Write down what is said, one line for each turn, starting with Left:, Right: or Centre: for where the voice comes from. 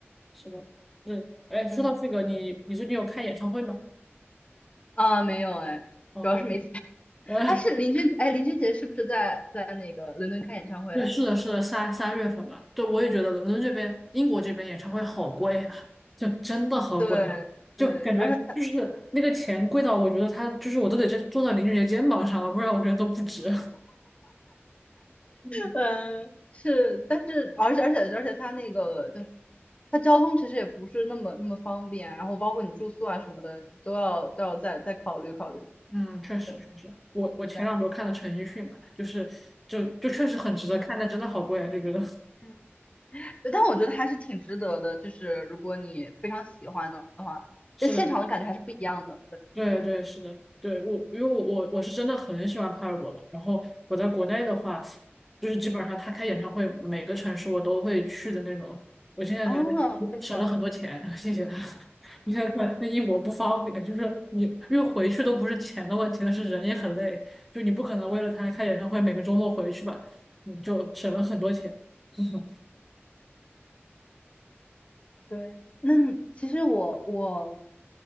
Centre: 是的，对，哎，说到这个，
Left: 嗯
Centre: 你你最近有看演唱会吗？
Left: 啊没有哎，
Centre: 然后，
Left: 主要是没钱。
Centre: 呃，
Left: 哎，是林俊，哎，林俊杰是不是在在那个伦敦开演唱会了？
Centre: 对，是的，是的，三三月份吧。对，我也觉得伦敦这边、英国这边演唱会好贵啊，就真的好贵，
Left: 对对，
Centre: 就感觉就是那个钱贵到我觉得他就是我都得这坐到林俊杰肩膀上了，
Left: 而且他，
Centre: 不然我觉得都不值。<laughs> 嗯，
Left: 嗯，是，但是而且而且而且他那个就是他交通其实也不是那么那么方便，然后包括你住宿啊什么的，你都要都要再再考虑考虑。
Centre: 嗯确实确实，
Left: 对，
Centre: 我我前两周看的陈奕迅嘛，
Left: 是这样。
Centre: 就是就就确实很值得看，
Left: 嗯
Centre: 但真的好贵啊，就觉得
Left: 嗯，对但我觉得还是挺值得的，就是如果你非常喜欢的，
Centre: <laughs> 是的。
Left: 在现场的感觉还是不一样的。对，
Centre: 对对，是的，对我，因为我我我是真的很喜欢帕尔博嘛。然后我在国内的话，就是基本上他开演唱会，
Left: 嗯，
Centre: 每个城市我都会去的那种。我现在感觉省了很多钱，
Left: 哦，这么好。
Centre: <laughs> 谢谢他。你看，看那英国不方便，就是你因为回去都不是钱的问题，但是人也很累，就你不可能为了他开演唱会每个周末回去吧，你就省了很多钱。<laughs>
Left: 对，那你其实我我